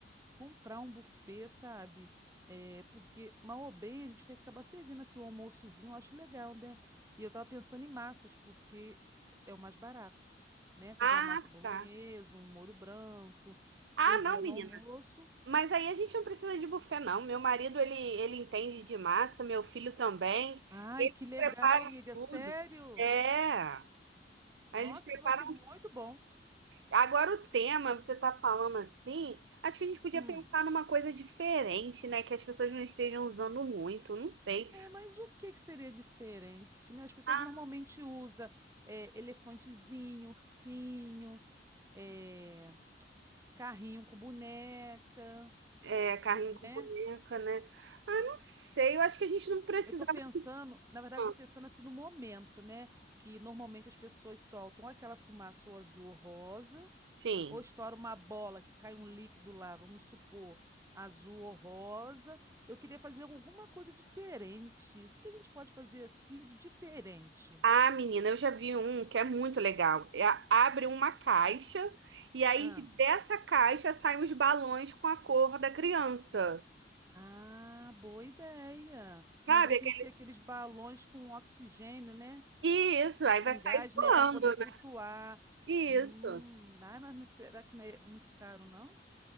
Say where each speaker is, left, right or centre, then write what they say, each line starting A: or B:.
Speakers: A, on the right; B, on the right.
A: comprar um buffet, sabe? É, porque, mal ou bem, a gente tem que acabar servindo assim, um almoçozinho, eu acho legal, né? E eu tava pensando em massas, porque é o mais barato, né? Fazer
B: Ah,
A: uma massa bolonhesa,
B: tá.
A: um molho branco,
B: Ah,
A: servia
B: não, menina.
A: no almoço.
B: Mas aí a gente não precisa de buffet, não. Meu marido, ele, ele entende de massa, meu filho também.
A: Ai,
B: Eles
A: que legal,
B: preparam
A: amiga,
B: tudo.
A: sério?
B: É. Aí
A: Nossa,
B: Eles preparam.
A: isso vai ser muito bom.
B: Agora o tema, você tá falando assim, acho que a gente podia
A: Hum.
B: pensar numa coisa diferente, né? Que as pessoas não estejam usando muito, não sei.
A: É, mas o que que seria diferente, né? As pessoas
B: Ah,
A: normalmente usam é, elefantezinho, ursinho, é, Carrinho com boneca,
B: é, carrinho
A: né?
B: com boneca, né? Ah, não sei. Eu acho que a gente não precisava.
A: Eu tô pensando, na verdade,
B: não.
A: tô pensando assim no momento, né? Que normalmente as pessoas soltam aquela fumaça ou azul ou rosa,
B: Sim.
A: ou estoura uma bola que cai um líquido lá, vamos supor, azul ou rosa. Eu queria fazer alguma coisa diferente. O que que a gente pode fazer assim de diferente?
B: Ah, menina, eu já vi um que é muito legal. É, abre uma caixa e aí
A: Ah.
B: dessa caixa saem os balões com a cor da criança.
A: Ah, boa ideia.
B: Sabe?
A: Mas aí
B: Aquele...
A: tem que ser aqueles balões com oxigênio, né?
B: Isso, aí vai
A: Com
B: sair
A: gás,
B: voando,
A: né? Para poder flutuar.
B: né? Isso.
A: Hum, ai, mas não- será que não é muito caro, não?